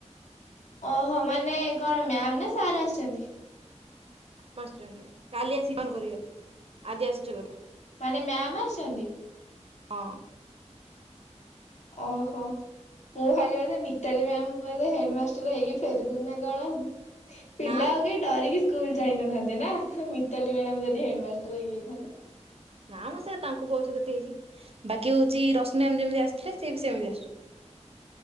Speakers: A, on the left; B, on the right.
A: ଓହୋ ମାନେ କଣ ମ୍ୟାମ ନା ସାର୍ ଆସିଛନ୍ତି?
B: ମାଷ୍ଟେ କାଲି ଆସିକି ଅନ କରିଗଲେ ଆଜି ଆସଛି ବୋଧେ।
A: ମାନେ ମ୍ୟାମ ଆସିଛନ୍ତି?
B: ହଁ।
A: ଓହୋ ମୁଁ ଭାବିଲି ବଧେ ମିତାଲି ମ୍ୟାମ ପରେ ହେଡମା ଷ୍ଟର ହେଇକି ଫେରିଲି ନା କଣ ଆଉ ପିଲା
B: ନା ମ
A: ଆଉ ଡରିକି ସ୍କୁଲ ଯାଇନଥାନ୍ତେ ନା ମତାଲି ମ୍ୟାଡାମ ଯଦି ହେଡମାଷ୍ଟର ହେଇ ଯାଇଥାନ୍ତେ।
B: ନା ମର ସେ ତାଙ୍କୁ ବୟସ କେତେ ହେଇଛି ବାକି ହଉଛି ରଶ୍ମି ମ୍ୟାମ ଯେମିତି ଆସିଥିଲେ ସେ ବି ସେମିତି ଆସିଛନ୍ତି।